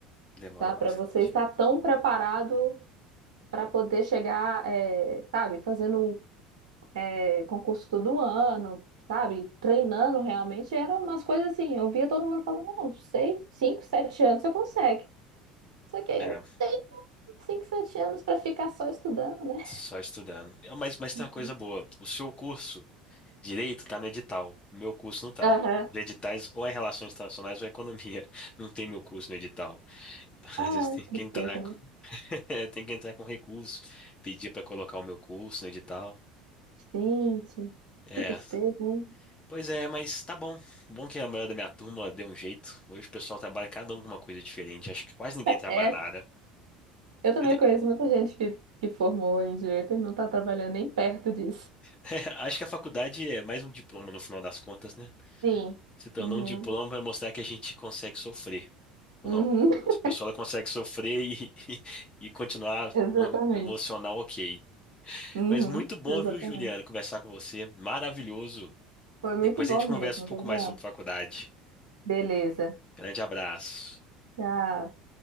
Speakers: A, on the left; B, on the right.
A: Demora
B: tá?
A: bastante.
B: Para você estar tão preparado para poder chegar, é, sabe, fazendo é, concurso todo ano, sabe? Treinando realmente, eram umas coisas assim. Eu via todo mundo falando, não, não sei, 5, 7 anos você consegue. Só que aí
A: É,
B: não tem 5, 7 anos para ficar só estudando, né?
A: só estudando. É, Mas, mas tem
B: <laughs> Uhum.
A: uma coisa boa. O seu curso direito tá no edital. O meu curso não tá.
B: Aham.
A: Os editais ou é Relações Internacionais ou é Economia. <laughs> Não tem meu curso no edital. <laughs> Às
B: Ah,
A: vezes tem que
B: tristeza,
A: entrar
B: né?
A: com, <laughs> tem que entrar com recurso, pedir para colocar o meu curso no edital.
B: Gente,
A: É.
B: que tristeza, hein?
A: Pois é, mas tá bom. Bom que a maioria da minha turma deu um jeito. Hoje o pessoal trabalha cada um com uma coisa diferente. Acho que quase ninguém trabalha
B: É,
A: na área.
B: eu também
A: Eu nem-
B: conheço muita gente que, que formou em direito e não está trabalhando nem perto disso.
A: <laughs> Acho que a faculdade é mais um diploma no final das contas, né?
B: Sim.
A: Se tornou
B: Uhum.
A: um diploma, vai mostrar que a gente consegue sofrer. Ou
B: Uhum.
A: não.
B: <laughs>
A: Essa pessoa ela consegue sofrer e, <laughs> e continuar
B: Exatamente.
A: um- emocional, ok.
B: Uhum.
A: Mas muito bom,
B: Exatamente.
A: viu, Juliano, conversar com você. Maravilhoso.
B: Foi muito
A: Depois
B: bom
A: a gente
B: mesmo,
A: conversa um pouco
B: Gabriel.
A: mais sobre faculdade.
B: Beleza.
A: Grande abraço.
B: Tchau.